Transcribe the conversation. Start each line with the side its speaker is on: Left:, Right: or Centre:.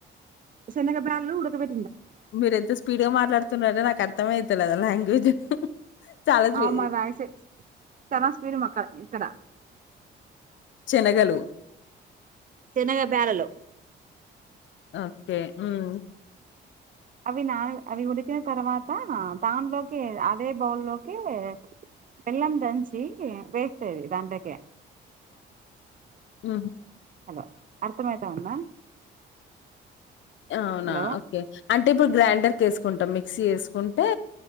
Right: సెనగ బ్యాల్లు ఉడకపె
Left: మీర ఎంత స్పీడ్ గా మాట్లాడుతున్నారో నాకు అర్థమవుతదా లాంగ్వేజ్ చాలా స్పీ
Right: అ మా రాయిసే చనా స్పీడు అక్క ఇక్కడ
Left: చెనగలు
Right: సెనగ బ్యాల్లు
Left: ఓకే ఉమ్
Right: అవి నా అవి ఉడికిన తర్వాత దానిలోకి అదే బౌల్లోకి బెల్లం దంచి వేస్తే అది దాంలేకి
Left: ఉ
Right: హలో అర్థమైతాందా
Left: అవునా
Right: హలో
Left: ఓకే అంటే ఇప్పుడు గ్రైండర్ క వేసుకుంటాం మిక్సీ వేసుకుంటే